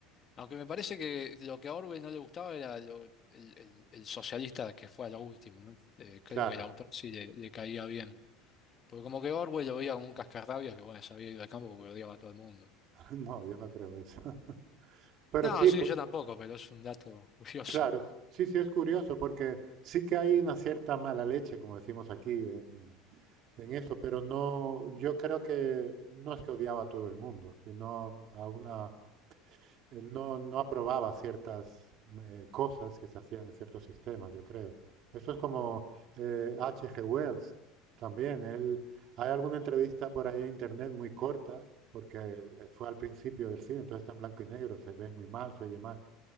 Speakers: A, on the left; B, on the right.
A: aunque me parece que lo que a Orwell no le gustaba era lo- el, el- el socialista que fue a lo último, ¿no? Eh, creo
B: Claro.
A: que el autor sí le, le caía bien. Porque como que Orwell lo veía como un cascarrabias que bueno, se había ido al campo porque odiaba a todo el mundo.
B: <laughs> No, yo no creo eso. <laughs> Pero
A: No,
B: sí,
A: sí,
B: pues,
A: yo tampoco, pero es un dato curioso.
B: claro. Sí, sí, es curioso porque sí que hay una cierta mala leche, como decimos aquí, en, en- eso, pero no, yo creo que no es que odiaba a todo el mundo, sino a una, él no, no aprobaba ciertas eh, cosas que se hacían en ciertos sistemas, yo creo. Eso es como eh, H.G. Wells también. Él, hay alguna entrevista por ahí en internet muy corta, porque eh, fue al principio del cine, entonces está en blanco y negro, se ve muy mal, se oye mal.